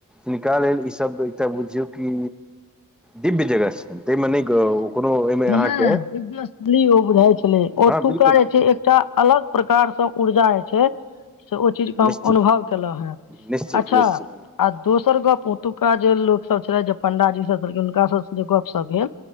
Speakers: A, in the centre; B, on the left.
A: हिनका लेल ई सभ तऽ बुझयौ कि दिव्य जगह छै ताहिमे
B: <unintelligible>
A: नहि कोनो
B: दिव्य
A: ओहिमे अहाँके
B: स्थली ओ बुझाइ छलै ओतुका
A: हँ बिलकुल
B: जे छै एकटा अलग प्रकार सँ ऊर्जा जे छै से ओ चीजके हम
A: निश्चित
B: अनुभव केलहुँ हेँ-
A: निश्चित
B: अच्छा
A: निश्चित
B: आ दोसर गप्प ओतुका जे लोक सब छले जे पंडाजी सब छलखिन हुनका सभ से जे गप सब भेल